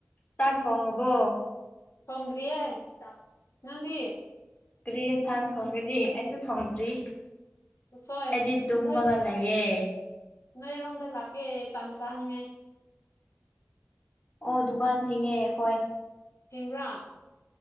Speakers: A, on the left; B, on the left.
A: ꯆꯥꯛ ꯊꯣꯡꯉꯕꯣ
B: ꯊꯣꯡꯗ꯭ꯔꯤꯌꯦ ꯅꯪꯗꯤ
A: ꯀ꯭ꯔꯤ ꯌꯦꯟꯁꯥꯡ ꯊꯣꯡꯒꯅꯤ ꯑꯩꯁꯨ ꯊꯣꯡꯗ꯭ꯔꯤ
B: ꯎꯁꯣꯏ
A: ꯑꯩꯗꯤ ꯇꯨꯝꯃꯒ
B: ꯅꯣꯏ
A: ꯂꯩꯌꯦ
B: ꯅꯣꯏꯔꯣꯝꯗ ꯂꯥꯛꯀꯦ ꯇꯥꯟ ꯆꯥꯅꯤꯡꯉꯥꯏ
A: ꯑꯣ ꯗꯨꯀꯥꯟ ꯊꯤꯡꯉꯦ ꯍꯣꯏ
B: ꯊꯤꯡꯕ꯭ꯔꯥ